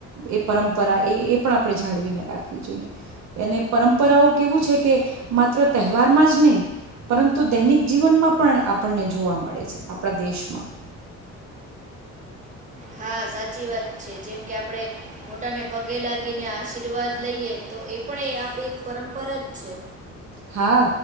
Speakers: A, on the right; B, on the right.
A: એ પરંપરા એ એ પણ આપણે જાળવીને રાખવી જોઈએ એને પરંપરાઓ કેવું છે કે કે માત્ર તહેવારમાં જ નહીં પરંતુ દૈનિક જીવનમાં પણ આપણને જોવા મળે છે આપણા દેશમાં.
B: હા સાચી વાત છે, જેમ કે આપણેે મોટાને પગે લાગીને આશીર્વાદ લઈએ તો એ પણ એ આપડી એક પરંપરા જ છે.
A: હા